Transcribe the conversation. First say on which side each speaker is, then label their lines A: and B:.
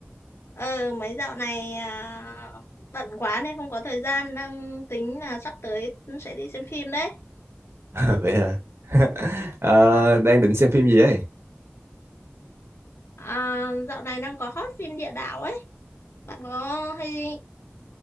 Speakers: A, on the left; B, on the right.
A: Ừ, mấy dạo này à, bận quá nên không có thời gian. Đang tính là sắp tới sẽ đi xem phim đấy.
B: À, vậy à? <laughs> Ờ, đang định xem phim gì ấy?
A: À, dạo này đang có hot phim địa đạo ấy. Bạn có hay